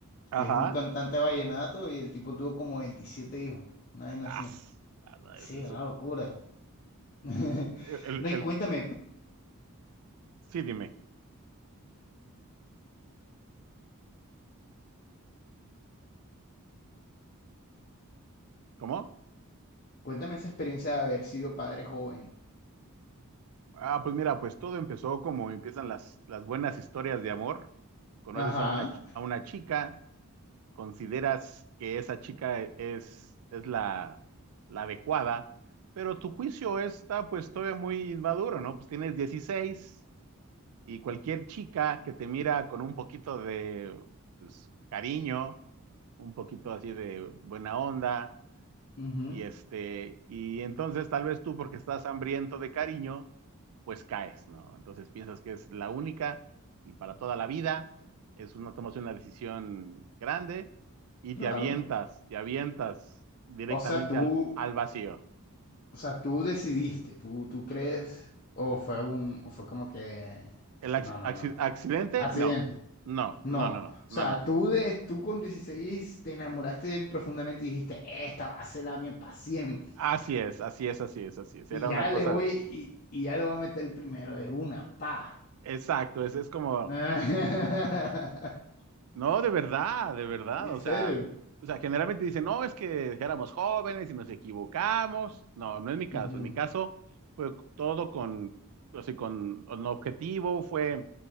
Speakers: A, on the right (about 75°); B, on the left (about 40°).
A: Ajá.
B: que es un cantante vallenato y el tipo tuvo como 27 hijos. Una vez así.
A: As. Ah, no, es-
B: Sí,
A: es-
B: una
A: eh,
B: locura. <laughs>
A: eh, el,
B: No,
A: el-
B: y cuéntame,
A: sí, dime. ¿Cómo?
B: cuéntame esa experiencia de haber sido padre joven.
A: Ah, pues mira, pues todo empezó como empiezan las, las buenas historias de amor. Conoces
B: Ajá.
A: a una, ch- a una chica. consideras que esa chica e-, es, es la, la adecuada, pero tu juicio está pues todavía muy inmaduro, ¿no? Pues tienes 16 y cualquier chica que te mira con un poquito de pues, cariño, un poquito así de buena onda,
B: ujú,
A: y este, y entonces tal vez tú porque estás hambriento de cariño, pues caes, ¿no? Entonces piensas que es la única para toda la vida, es una, tomas una decisión grande y
B: claro.
A: te avientas, te avientas directamente
B: O sea, tú,
A: al, al vacío.
B: o sea, tú decidiste, tú, tú crees, o fue un, o fue como que,
A: ¿El ac-
B: no, no,
A: acci-
B: no,
A: accidente?
B: accidente.
A: No, no,
B: No,
A: no, no, no,
B: o sea,
A: no, no.
B: tú, de, tú con 16 te enamoraste profundamente y dijiste, esta va a ser la mía para siempre.
A: Así es, así es, así es, así es.
B: Y
A: Era
B: ya
A: una cosa,
B: le voy, y, y ya lo va a meter el primero de una, pa.
A: exacto, es, es como
B: <laughs>
A: No, de verdad, de verdad.
B: ¿En
A: O
B: serio?
A: sea, o sea, generalmente dicen, no, es que éramos jóvenes y nos equivocamos. No, no es mi caso.
B: Ujú.
A: En mi caso fue todo con, o sea, con un objetivo. Fue